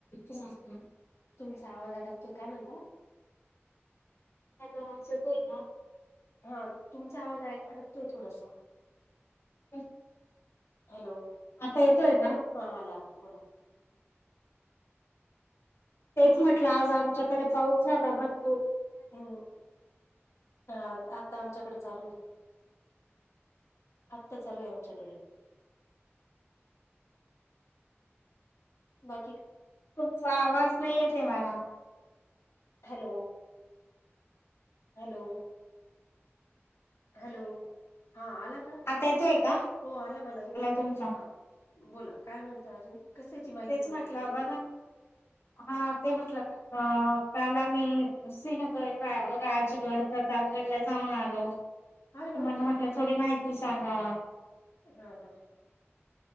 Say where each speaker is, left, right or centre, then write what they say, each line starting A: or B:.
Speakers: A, on the left; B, on the left.
A: तुमच
B: सांगणार.
A: तुमचा आवाज अडकतोय काय म्हणताय?
B: <unintelligible> येतो आहे कां?
A: हा तुमचा आवाज आय अडकतोय थोडंसं.
B: <unintelligible>
A: हॅलो
B: आता येतोय का?
A: हा आला आला बोला.
B: तेच
A: बोला
B: म्हटलं
A: ना
B: आज आमच्याकडे पाऊस झाला भर
A: हम्म हा आता आमच्याकडे चालूय. आत्ता चालूय आमच्याकडे. बा
B: तुमचा आवाज नाही येथ मला
A: हॅलो. हॅलो. हॅलो. हा आला का
B: आता येतोय का?
A: हो आला मला
B: तुमचा.
A: हा बोला. काय म्हणता अजून. कसल्याची माहिती
B: तेच
A: म्हणत
B: म्हटलं
A: होती तुम्ही
B: बघा हा ते म्हटलं. काल आम्ही सिंहगड राजगड प्रतापगड ला जाऊन आलो.
A: अरे
B: म्हणून
A: बापरे
B: म्हटलं थोडी माहिती सांगा
A: हा हा